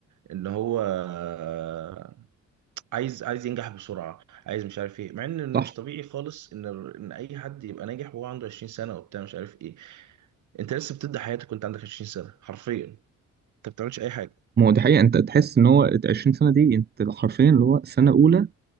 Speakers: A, on the right; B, on the right.
A: ان هو آه، عايز عايز ينجح بسرعه عايز مش عارف ايه مع ان إنه
B: صح
A: مش طبيعي خالص ان ال- ان اي حد يبقى ناجح وهو عنده 20 سنه وبتاع مش عارف ايه انت لسه بتبدا حياتك وانت عندك 20 سنه حرفيا انت ما بتعملش اي حاجه
B: ما هو دي حقيقه انت تحس ان هو ال 20 سنه دي انت حرفيا اللي هو سنه اولى